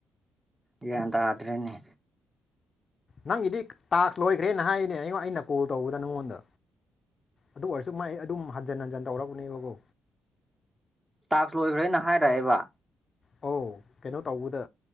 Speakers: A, on the right (about 15°); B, on the left (about 45°).
A: ꯒ꯭ꯌꯥꯟ ꯇꯥꯗ꯭ꯔꯦꯅꯦ
B: ꯅꯪꯒꯤꯗꯤ ꯇꯥꯛꯁ ꯂꯣꯏꯈ꯭ꯔꯦꯅ ꯍꯥꯏꯅꯦ ꯑꯩꯉ ꯑꯩꯅ ꯀꯣꯜ ꯇꯧꯕꯗ ꯅꯪꯉꯣꯟꯗ ꯑꯗꯨ ꯑꯣꯏꯔꯁꯨ ꯃꯥꯏ ꯑꯗꯨꯝ ꯍꯟꯖꯤꯟ ꯍꯟꯖꯤꯟ ꯇꯧꯔꯛꯄꯅꯦꯕꯕꯨ
A: ꯇꯥꯛꯁꯨ ꯂꯣꯏꯈ꯭ꯔꯅ ꯍꯥꯏꯔꯛꯑꯦꯕ
B: ꯑꯣ ꯀꯩꯅꯣ ꯇꯧꯕꯗ